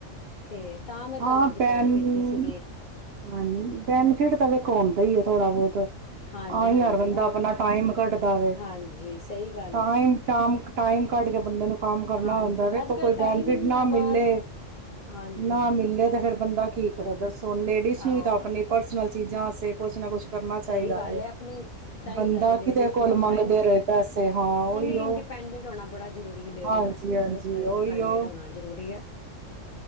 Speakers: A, on the left; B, on the right.
A: ਤੇ ਤਾਂ ਮੈਂ
B: ਹਾਂ,
A: ਤੁਹਾਨੂੰ ਅੱਜ
B: ਬੈਨੀ
A: ਕਾਲ ਕੀਤੀ ਸੀਗੀ।
B: ਹਾਂ ਬੈਨਫਿਟ ਤਾਂ ਵੇਖੋ ਹੋਂਦਾ ਹੀ ਹੈ ਥੋੜਾ ਬਹੁਤ ਆ
A: ਹਾਂਜੀ
B: ਹੀ
A: ਹਾਂਜੀ
B: ਹਰ ਬੰਦਾ
A: ਹੁਣ
B: ਆਪਣਾ ਟਾਈਮ ਘੱਟਦਾ ਵੇ।
A: ਹਾਂਜੀ, ਸਹੀ ਗੱਲ
B: ਟਾਈਮ
A: ਹੈ।
B: ਟਾਮ ਟਾਈਮ ਕੱਢ ਕੇ ਬੰਦੇ ਨੂੰ ਕੰਮ ਕਰਨਾ
A: ਹਾਂਜੀ
B: ਹੁੰਦਾ ਵੇਖੋ
A: ਅੱਜ ਕੱਲ
B: ਕੋਈ ਬੈਨੀਫਿਟ
A: ਟਾਈਮ ਹੀ ਨਹੀਂ
B: ਨਾ
A: ਹੈ
B: ਮਿਲੇ
A: ਬਾਹਰ ਹਾਂਜੀ
B: ਨਾ ਮ ਫੇਰ ਬੰਦਾ ਕੀ ਕਰੇ ਦੱਸ ਹੁਣ ਲੇਡੀਜ਼
A: ਹਾਂ
B: ਨੂੰ ਵੀ ਤਾਂ ਆਪਣੀ ਪਰਸਨਲ ਚੀਜ਼ਾਂ ਆਸੇ ਕੁਛ ਨਾ ਕੁਛ ਕਰਨਾ
A: ਸਹੀ
B: ਚਾਹੀਦਾ
A: ਗੱਲ
B: ਵੇ
A: ਹੈ ਅਪਣੀ ਚਾਹੀਦਾ
B: ਬੰਦਾ
A: ਵੇ ਲੇਡੀਜ਼
B: ਕਿਦੇ ਕੋਲ
A: ਨੂੰ ਆਪਣਾ
B: ਮੰਗਦੇ
A: ਨਹੀਂ
B: ਰਹੇ ਪੈਸੇ ਹਾਂ ਉਹੀਓ
A: ਨਹੀਂ ਇੰਡੀਪੈਂਡੈਂਟ ਹੋਣਾ ਬੜਾ ਜ਼ਰੂਰੀ ਹੈ ਲੇਡੀਜ਼
B: ਹਾਂਜੀ
A: ਵਸਤੇ
B: ਹਾਂਜੀ
A: ਬਹੁਤ ਇੰਡੀਪੈਂਡੈਂਟ
B: ਉਹੀਓ
A: ਹੋਣਾ ਜ਼ਰੂਰੀ ਐ